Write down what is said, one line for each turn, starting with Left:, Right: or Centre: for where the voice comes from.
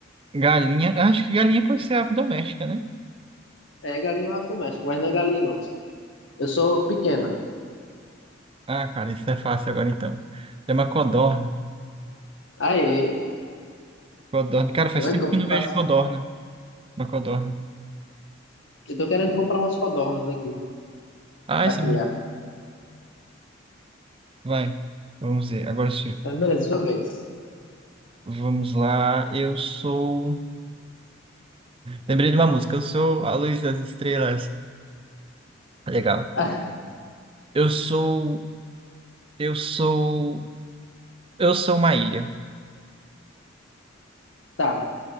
Right: Galinha, eu acho que galinha pode ser ave doméstica, né?
Left: É galinha lá pro México, mas não é galinha, não. Eu sou pequena.
Right: Ah, cara, isso é fácil agora então. É uma codorna.
Left: Aê,
Right: Codorna. Cara, faz
Left: tá vendo
Right: tempo
Left: como
Right: que
Left: foi
Right: eu não vejo
Left: fácil?
Right: codorna. Uma codorna.
Left: Eu tô querendo comprar umas codornas aqui
Right: Ah,
Left: pra
Right: esse...
Left: criar.
Right: Vai. Vamos ver. Agora sou eu.
Left: Mas beleza, é sua vez.
Right: Vamos lá. Eu sou. Lembrei de uma música. Eu sou a luz das estrelas. Legal.
Left: <laughs> Ah,
Right: Eu sou. Eu sou. Eu sou uma ilha.
Left: tá,